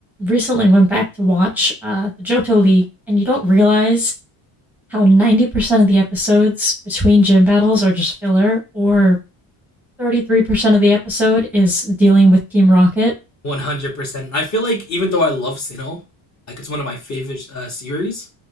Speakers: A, in the centre; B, on the left.
A: recently went back to watch uh, the Johto League, and you don't realize how 90% of the episodes between gym battles are just filler, or 33% of the episode is dealing with Team Rocket.
B: 100%. And I feel like even though I love Sinnoh, like it's one of my favorite uh, series,